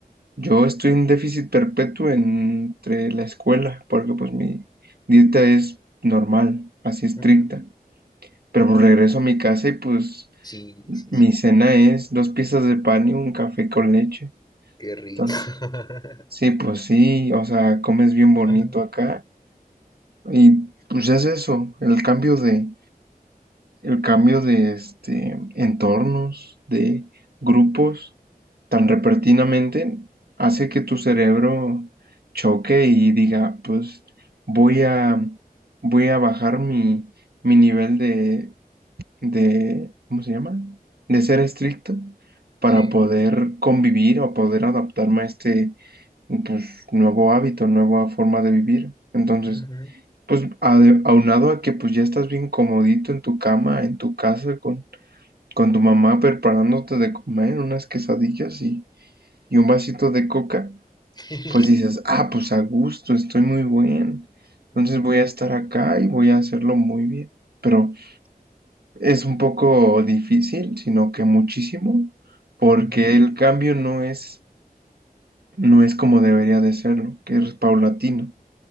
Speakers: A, on the right; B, on the left.
A: Yo estoy en déficit perpetuo entre la escuela, porque pues mi dieta es normal, así estricta.
B: ujú,
A: Pero pues regreso a mi casa y pues
B: Sí,
A: mi
B: sí, sí.
A: cena es dos piezas de pan y un café con leche.
B: Qué rico.
A: Entonces,
B: <laughs>
A: sí, pues sí, o sea, comes bien bonito
B: ajá,
A: acá. Y pues es eso, el cambio de, el cambio de este entornos, de grupos. tan repentinamente hace que tu cerebro choque y diga, pues voy a, voy a bajar mi, mi nivel de, de, ¿cómo se llama? De ser estricto para
B: Sí.
A: poder convivir o poder adaptarme a este, pues, nuevo hábito, nueva forma de vivir. Entonces,
B: ujú,
A: pues ade- aunado a que pues ya estás bien comodito en tu cama, en tu casa, con, con tu mamá preparándote de comer unas quesadillas y un vasito de coca,
B: <laughs>
A: pues dices, ah, pues a gusto, estoy muy bien. Entonces
B: ujú,
A: voy a estar acá y voy a hacerlo muy bien. Pero es un poco difícil, sino que muchísimo, porque
B: ujú,
A: el cambio no es, no es como debería de serlo, que es paulatino.